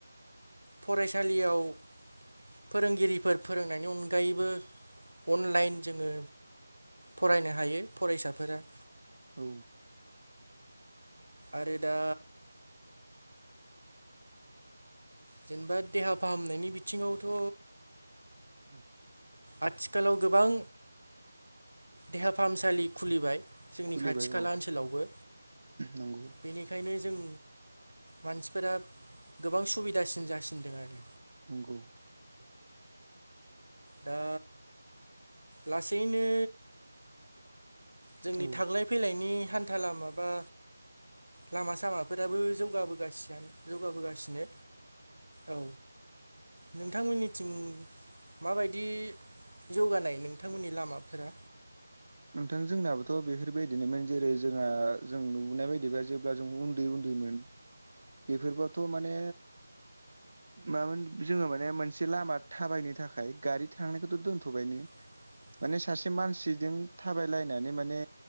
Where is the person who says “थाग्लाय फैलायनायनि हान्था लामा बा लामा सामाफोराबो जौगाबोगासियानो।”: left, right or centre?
Right